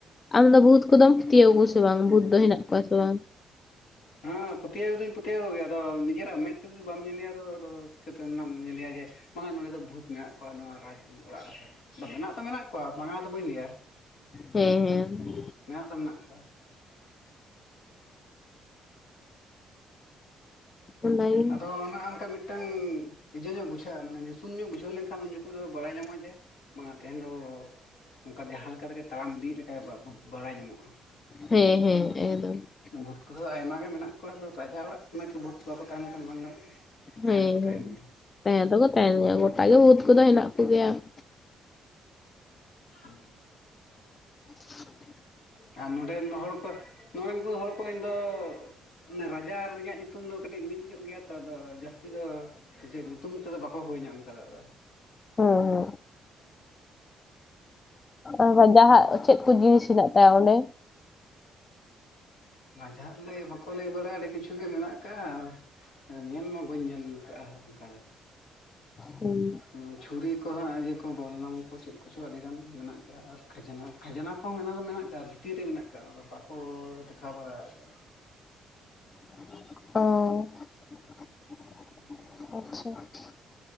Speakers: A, on the left; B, on the left.
A: ᱟᱢᱫᱚ ᱵᱷᱩᱛ ᱠᱚᱫᱚᱢ ᱯᱟᱹᱛᱭᱟᱹᱣ ᱠᱚᱣᱟ ᱥᱮ ᱵᱟᱝ? ᱵᱷᱩᱛ ᱫᱚ ᱦᱮᱱᱟᱜ ᱠᱚᱣᱟ ᱥᱮ ᱵᱟᱝ?
B: ᱦᱮᱸ <unintelligible> ᱦᱮᱸ ᱯᱟᱹᱛᱭᱟᱹᱣ ᱫᱚᱧ ᱯᱟᱹᱛᱭᱟᱹᱣ ᱜᱮᱭᱟ ᱟᱫᱚ ᱱᱤᱡᱮᱨᱟᱜ ᱢᱮᱫ ᱛᱮ ᱡᱩᱫᱤ ᱵᱟᱢ ᱧᱮᱞᱮᱭᱟ ᱟᱫᱚ ᱟᱫᱚ ᱪᱤᱠᱟᱹᱛᱮᱢ ᱚᱱᱟᱢ ᱧᱮᱞᱮᱭᱟ ᱡᱮ ᱵᱟᱝᱟ ᱱᱚᱸᱰᱮ ᱫᱚ ᱵᱷᱩᱛ ᱢᱮᱱᱟᱜ ᱠᱚᱣᱟ ᱱᱚᱣᱟ ᱨᱟᱡᱽ ᱚᱲᱟᱜ ᱨᱮᱫᱚ ᱾ ᱟᱫᱚ ᱢᱮᱱᱟᱜ ᱛᱚ ᱢᱮᱱᱟᱜ ᱠᱚᱣᱟ ᱵᱟᱝᱟ ᱫᱚ ᱵᱟᱹᱧ ᱞᱟᱹᱭᱟ᱾
A: ᱦᱮᱸ ᱦᱮᱸ ᱦᱮᱸ ᱦᱮᱸ
B: ᱢᱮᱱᱟᱜ ᱫᱚ ᱢᱮᱱᱟᱜ ᱠᱚᱣᱟ᱾ <unintelligible>
A: ᱚᱱᱟᱜᱮ
B: ᱟᱫᱚ ᱚᱱᱮ ᱚᱱᱠᱟ ᱢᱤᱫ ᱴᱟᱝ ᱤᱭᱟᱹ ᱧᱚᱜ ᱵᱩᱡᱷᱟᱹᱜᱼᱟ ᱢᱟᱱᱮ ᱧᱩᱛᱩᱢ ᱧᱚᱜ ᱵᱩᱡᱷᱟᱹᱣ ᱞᱮᱱᱠᱷᱟᱱ ᱩᱱ ᱡᱚᱠᱷᱚᱠ ᱫᱚ ᱵᱟᱲᱟᱭ ᱧᱟᱢᱚᱜᱼᱟ ᱡᱮ ᱵᱟᱝᱟ ᱛᱮᱦᱮᱧ ᱫᱚ ᱚᱱᱠᱟ ᱡᱟᱦᱟᱸ ᱞᱮᱠᱟ ᱛᱮᱜᱮ ᱛᱟᱲᱟᱢ ᱤᱫᱤᱭᱮᱜ ᱞᱮᱠᱟ ᱜᱮᱵᱚ ᱟᱵᱚ ᱵᱟᱲᱟᱭ ᱧᱟᱢᱚᱜᱼᱟ ᱾
A: ᱦᱮ ᱦᱮ ᱮᱠᱫᱚᱢ ᱾
B: ᱵᱷᱩᱛ ᱠᱚᱫᱚ ᱟᱭᱢᱟ ᱜᱮ ᱢᱮᱱᱟᱜ ᱠᱚᱣᱟ ᱟᱫᱚ ᱨᱟᱡᱟ ᱚᱲᱟᱜ ᱠᱟᱱᱟ ᱠᱤ ᱵᱷᱩᱛ ᱵᱟᱠᱚ ᱛᱟᱦᱮᱱ ᱠᱷᱟᱱ ᱵᱟᱝ ᱜᱟᱱᱚᱜᱼᱟ?
A: ᱢᱮᱸᱻ
B: ᱛᱟᱦᱮᱸ ᱫᱚᱠᱚ
A: ᱾
B: ᱛᱟᱦᱮᱱ ᱜᱮᱭᱟ
A: ᱛᱟᱦᱮᱸ ᱫᱚᱠᱚ ᱛᱟᱦᱮᱱ ᱜᱮᱭᱟ ᱜᱚᱴᱟ ᱜᱮ ᱵᱷᱩᱛ ᱠᱚᱫᱚ ᱦᱮᱱᱟᱜ ᱠᱚᱜᱮᱭᱟ ᱾
B: ᱴᱷᱮᱸᱻᱲᱚᱝᱹᱹᱹᱹᱹᱦᱮᱞᱳ ᱾ <unintelligible>
A: ᱪᱷᱮᱻᱨᱨᱹᱹᱹᱹᱹ <unintelligible>
B: ᱟᱨ ᱱᱚᱰᱮᱱ ᱦᱚᱲ ᱠᱚ ᱱᱚᱰᱮᱱᱠᱚ ᱦᱚᱲ ᱠᱚ ᱤᱧ ᱫᱚ ᱚᱱᱮ ᱨᱟᱡᱟ ᱨᱮᱭᱟᱜ ᱤᱧ ᱧᱩᱛᱩᱢ ᱫᱚ ᱠᱟᱹᱴᱤᱡ ᱢᱤᱫ ᱧᱚᱜ ᱜᱮᱭᱟ ᱛᱚ ᱟᱫᱚ ᱡᱟᱹᱥᱛᱤ ᱫᱚ ᱡᱟᱹᱡᱩᱜ ᱛᱩᱝ ᱛᱮᱫᱚ ᱵᱟᱠᱚ ᱦᱳᱭ ᱧᱟᱢ ᱠᱟᱫᱟᱼ ᱫᱟ ᱾
A: ᱦᱚᱸ-ᱦᱚᱸ, ᱟᱵᱚ ᱡᱟᱦᱟᱸᱜ ᱚᱪᱚ ᱾ ᱪᱮᱫ ᱠᱚ ᱡᱤᱱᱤᱥ ᱦᱮᱱᱟᱜ ᱛᱟᱭᱟ ᱚᱸᱰᱮ?
B: ᱢᱟᱡᱷᱟᱜ ᱞᱟᱹᱭ, ᱵᱟᱠᱚ ᱞᱟᱹᱭ ᱵᱟᱲᱟᱭᱟ ᱟᱹᱰᱤ ᱠᱤᱪᱷᱩ ᱜᱮ ᱢᱮᱱᱟᱜ ᱠᱟᱜᱼᱟ ᱧᱮᱞ ᱢᱟ ᱵᱟᱹᱧ ᱧᱮᱞ ᱮᱦ-ᱮ ᱚᱱᱠᱟ ᱱᱟᱜ ᱮ-ᱭᱟ,
A: ᱦᱩᱸ
B: ᱚᱸᱜ ᱚᱱᱠᱟ ᱫᱚ <unintelligible> ᱪᱷᱩᱨᱤ ᱠᱚ ᱦᱟᱸᱜ ᱤᱭᱟᱹ ᱠᱚ ᱵᱚᱞᱞᱟᱢ ᱠᱚ ᱪᱮᱫ ᱠᱚᱪᱚ ᱟᱹᱰᱤᱜᱟᱱ ᱢᱮᱱᱟᱜ ᱠᱟᱜ-ᱟ ᱟᱨ ᱠᱷᱟᱡᱽᱱᱟ, ᱠᱷᱟᱡᱽᱱᱟ ᱠᱚᱦᱚᱸ ᱢᱮᱱᱟᱜ ᱫᱚ ᱢᱮᱱᱟᱜ ᱠᱟᱜ-ᱟ ᱟᱨ ᱛᱤᱨᱮ ᱢᱮᱱᱟᱜ ᱠᱟᱜ-ᱟ ᱚᱱᱟ ᱫᱚ ᱵᱟᱠᱚ ᱫᱮᱠᱷᱟᱣ ᱵᱟᱲᱟ ᱠᱟᱜᱼᱟ?
A: ᱠᱷᱤᱲᱤᱝ-ᱚᱻ ᱾ ᱦᱚᱲᱟᱝ ᱦᱚᱲ, ᱟᱪᱪᱷᱟ ᱾